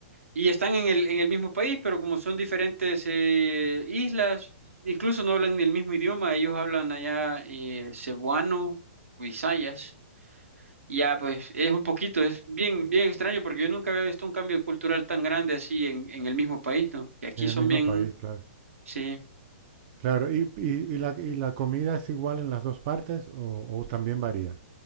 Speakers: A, on the right (about 90°); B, on the right (about 40°).
A: Y están en el, en el mismo país, pero como son diferentes eh, islas, incluso no hablan ni el mismo idioma, ellos hablan allá eh, cebuano, o bisayas. Ya, pues es un poquito, es bien, bien extraño porque yo nunca había visto un cambio cultural tan grande así en, en el mismo país, ¿no? Que aquí
B: En el
A: son
B: mismo
A: bien,
B: país, claro.
A: sí.
B: Claro, ¿y, y, y la, y la comida es igual en las dos partes o o también varía?